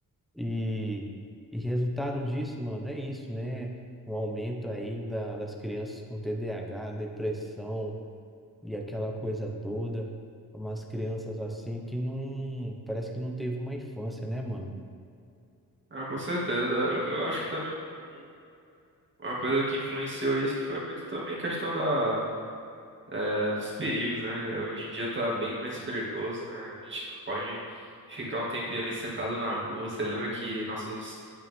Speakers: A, in the centre; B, on the right (about 30°).
A: e, e resultado disso, mano, é isso, né? Um aumento aí da, das crianças com TDAH, depressão e aquela coisa toda. Umas crianças assim que não, parece que não teve uma infância, né, mano?
B: ah, com certeza. Eu, eu acho que também um- um- uma coisa que influenciou isso foi muito também questão da é, dos perigos, né? Hoje em dia tá bem mais perigoso, né? A gente não pode ficar um tempinho ali sentado na rua. Você lembra que nossos